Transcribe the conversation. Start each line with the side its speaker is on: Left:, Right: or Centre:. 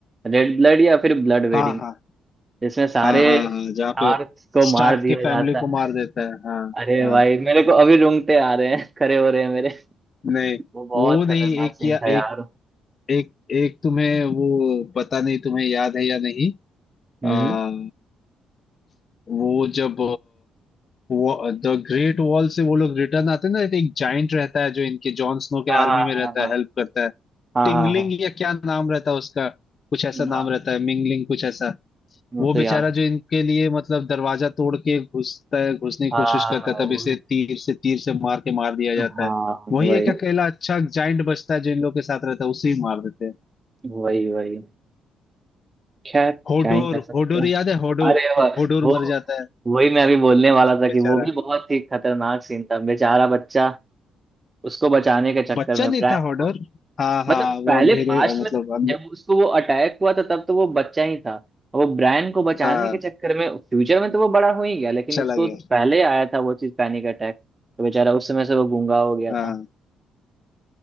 Right: रेड ब्लड या फिर ब्लड वेडिंग
Left: हाँ हाँ
Right: जिसमें सारे
Left: हाँ हाँ
Right: शार्क्स
Left: हाँ जहाँ पे
Right: को
Left: स्टार्क
Right: मार दिया
Left: के
Right: जाता
Left: फैमिली को
Right: है
Left: मार देता है हाँ
Right: अरे
Left: हाँ
Right: भाई मेरे को अभी रोंगटे आ रहे हैं खड़े हो रहे हैं मेरे
Left: नहीं
Right: वो बहुत
Left: वो नहीं
Right: खतरनाक
Left: एक
Right: सीन
Left: या
Right: था
Left: एक
Right: यार
Left: एक एक तुम्हें वो पता नहीं तुम्हें याद है या नहीं
Right: हम्म
Left: आ, वो जब द ग्रेट वॉल से वो लोग रिटर्न आते हैं ना तो एक जाइंट रहता है जो इनके जॉन स्नो के
Right: हाँ
Left: आर्मी
Right: हाँ
Left: में रहता
Right: हाँ
Left: है हेल्प करता है
Right: हाँ
Left: टिंगलिंग
Right: हाँ हाँ
Left: या क्या नाम रहता है उसका कुछ ऐसा नाम
Right: हाँ,
Left: रहता है मिंगलिंग कुछ ऐसा
Right: वो
Left: वो
Right: तो
Left: बेचारा
Right: यार
Left: जो इनके लिए मतलब दरवाजा तोड़ के घुसता है घुसने की
Right: हाँ
Left: कोशिश करता है
Right: वही
Left: तब इसे तीर से तीर से मार के मार दिया जाता
Right: हाँ
Left: है वही
Right: वही
Left: एक अकेला अच्छा जाइंट बचता है जो इन लोग के साथ रहता है उसे ही मार देते हैं
Right: वही वही खैर
Left: होडोर
Right: क्या ही कर सकते
Left: होडोर
Right: हैं
Left: याद है होडोर
Right: अरे वाह,
Left: होडोर
Right: वो
Left: मर जाता है
Right: वही मैं अभी बोलने वाला था
Left: बेचारा
Right: कि वो भी बहुत ही खतरनाक सीन था बेचारा बच्चा उसको बचाने
Left: <laughs>
Right: के चक्कर
Left: बच्चा
Right: में
Left: नहीं
Right: ब्रैंड
Left: था होडोर
Right: को
Left: हाँ हाँ
Right: मतलब
Left: वो
Right: पहले
Left: अंधेरे
Right: पास्ट
Left: अ, मतलब
Right: में
Left: अंध,
Right: जब उसको वो अटैक हुआ था तब तो वो बच्चा ही था वो ब्रैंड को बचाने
Left: हाँ,
Right: के चक्कर में फ्यूचर में तो वो बड़ा हो ही गया लेकिन
Left: चला
Right: उसको
Left: गया
Right: तो पहले आया था वो चीज पैनिक अटैक तो बेचारा उस समय से वो गूंगा हो गया
Left: हाँ
Right: था